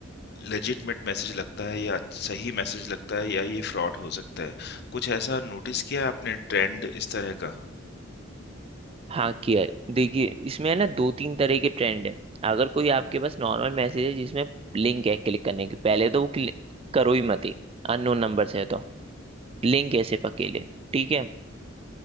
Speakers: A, on the left; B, on the right.
A: लेजिटमेट मैसेज लगता है या सही मैसेज लगता है या ये फ्रॉड हो सकता है। कुछ ऐसा नोटिस किया है आपने ट्रेंड इस तरह का?
B: हाँ किया है। देखिए इसमें है ना दो तीन तरह के ट्रेंड है अगर कोई आपके पास नॉर्मल मैसेज है जिसमें लिंक है क्लिक करने की पहले तो वो क्लिक करो ही मत अननोन नंबर से है तो लिंक है सिर्फ अकेले ठीक है